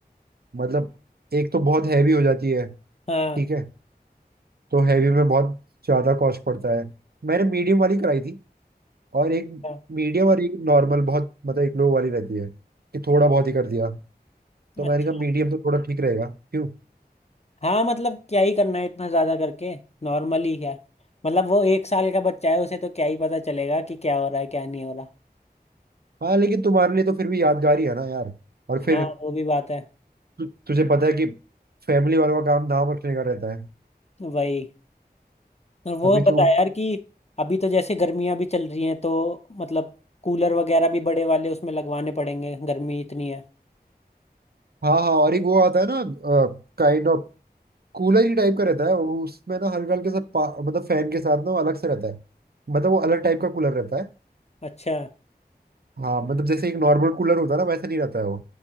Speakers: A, on the right; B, on the left.
A: मतलब एक तो बहुत हैवी हो जाती है
B: हाँ
A: ठीक है तो हैवी में बहुत ज्यादा कॉस्ट पड़ता है मैंने मीडियम वाली कराई थी और एक
B: हाँ,
A: मीडियम और एक नॉर्मल बहुत मतलब एक लो वाली रहती है कि थोड़ा बहुत ही कर दिया तो
B: अच्छा
A: मैंने कहा मीडियम तो थोड़ा ठीक रहेगा क्यों
B: हाँ मतलब क्या ही करना है इतना ज्यादा करके नॉर्मली क्या मतलब वो एक साल का बच्चा है उसे तो क्या ही पता चलेगा कि क्या हो रहा है क्या नहीं हो रहा
A: हाँ लेकिन तुम्हारे लिए तो फिर भी यादगार ही है ना यार और फिर
B: हाँ वो भी बात है
A: तु, तुझे पता है कि फैमिली वालों का काम नाम रखने का रहता है
B: वही और वो
A: अभी
B: बता
A: तू
B: यार कि अभी तो जैसे गर्मियां भी चल रही हैं तो मतलब कूलर वगैरह भी बड़े वाले उसमें लगवाने पड़ेंगे गर्मी इतनी है
A: हाँ हाँ और एक वो आता है ना काइंड ऑफ कूलर ही टाइप का रहता है वो उसमें ना हल्का हल्के से पा- मतलब फैन के साथ ना वो अलग से रहता है मतलब वो अलग टाइप का कूलर रहता है
B: अच्छा
A: हाँ मतलब जैसे एक नॉर्मल कूलर होता है ना वैसा नहीं रहता है वो